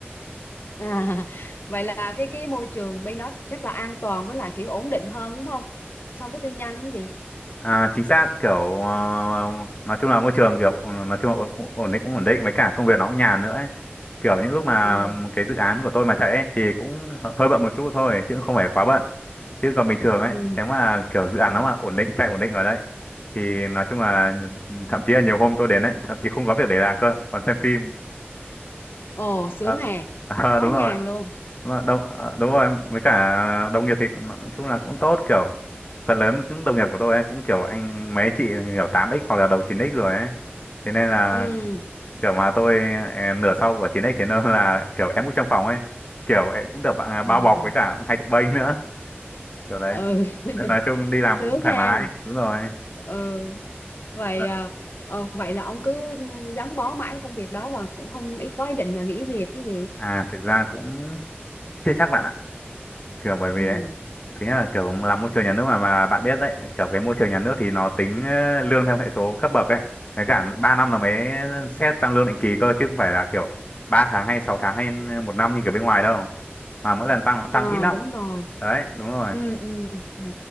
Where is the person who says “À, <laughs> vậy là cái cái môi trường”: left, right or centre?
Left